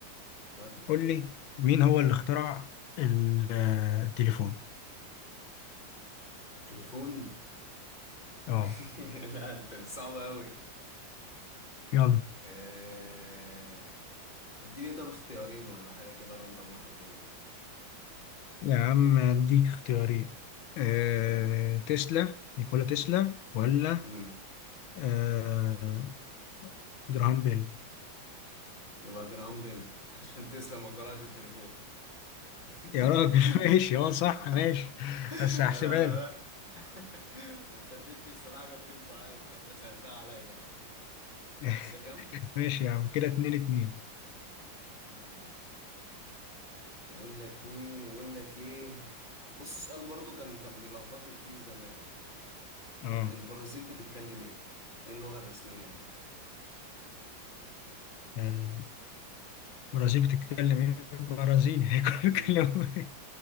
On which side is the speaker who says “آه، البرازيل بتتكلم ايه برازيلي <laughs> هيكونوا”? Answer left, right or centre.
Left